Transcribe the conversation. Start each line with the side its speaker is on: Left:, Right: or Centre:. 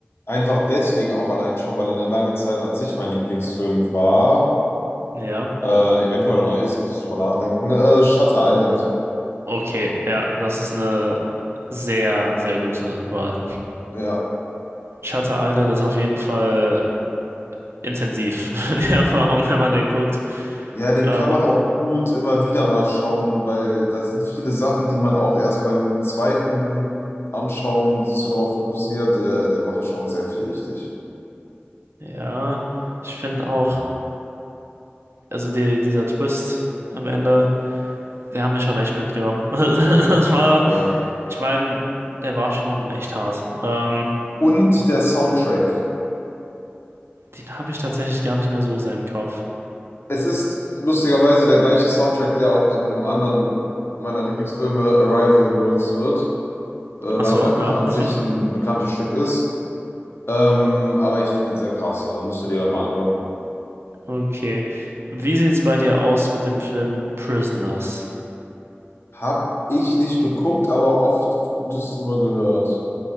Left: einfach deswegen auch allein schon, weil er eine lange Zeit an sich mein Lieblingsfilm war,
Right: Ja.
Left: äh, eventuell auch noch ist, muss ich drüber nachdenken, äh, Shutter Island.
Right: Okay, ja, das ist eine sehr, sehr gute Wahl.
Left: Ja.
Right: Shutter Island ist auf jeden Fall intensiv, <laughs> die Erfahrung, wenn man den guckt.
Left: Ja, den
Right: Aber
Left: kann man auch gut immer wieder mal schauen, weil das sind viele Sachen, die man auch erst beim zweiten Anschauen sich so darauf fokussiert. Der, der macht schon sehr viel richtig.
Right: ja, ich finde auch, also die, dieser Twist am Ende, der hat mich schon echt mitgenommen. <laughs> Das war,
Left: Ja.
Right: ich meine, der war schon echt hart. Ähm,
Left: Und der Soundtrack.
Right: den habe ich tatsächlich gar nicht mehr so sehr im Kopf.
Left: Es ist lustigerweise der gleiche Soundtrack, der auch in einem anderen meiner Lieblingsfilme Arrival benutzt wird, äh, weil
Right: Ach so,
Left: es einfach
Right: ja.
Left: an
Right: <laughs>
Left: sich ein bekanntes Stück ist. Ähm, aber ich finde ihn sehr krass, also musst du dir mal anhören.
Right: Okay. Wie sieht es bei dir aus mit dem Film Prisoners?
Left: Hab ich nicht geguckt, aber oft Gutes drüber gehört.